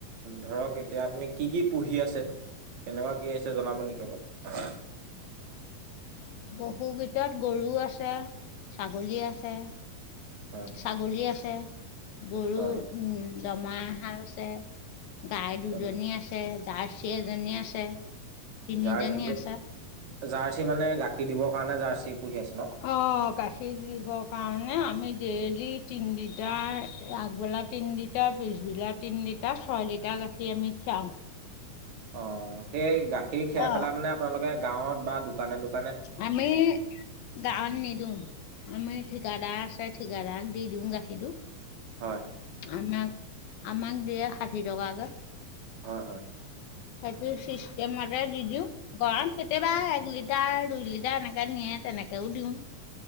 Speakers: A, on the right; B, on the left.
A: ধৰক এতিয়া আপুনি কি কি পুহি আছে কেনেকুৱা কি আছে জনাব নেকি অলপ।
B: পহু ভিতৰত গৰুও আছে ছাগলী আছে
A: হয়
B: ছাগলী আছে গৰু
A: হয়।
B: উম দমৰা এহাল আছে। গাই
A: একদম
B: দুজনী আছে। জাৰ্চি এজনী আছে। তিনিজনি
A: জাৰ্চি
B: আছে
A: জাৰ্চি মানে গাখীৰ দিবৰ কাৰণে জাৰ্চি পুহি আছে ন?
B: অ গাখীৰ দিব কাৰণে আমি ডেইলী। গাখী তিনি লিটাৰ আগবেলা তিনি লিটাৰ পিছবেলা তিনি লিটাৰ ছয় লিটাৰ গাখীৰ আমি খিয়াও।
A: অ সেই গাখীৰ খীৰাই
B: অ'।
A: পেলাই মানে আপোনালোকে গাঁৱত বা দোকানে দোকান
B: আমি গাঁৱত নিদিওঁ আমি ঠিকাদাৰ আছে। ঠিকাদাৰক দি দিওঁ গাখীৰটো
A: হয়
B: আমাক আমাক দিয়ে ষাঠি টকাকে।
A: হয় হয়
B: সেইটো চিষ্টম মতে দি গৰম কেতিয়া। এক লিটাৰ দুই লিটাৰ এনেকাে নিয়ে তেনেকেও দিওঁ।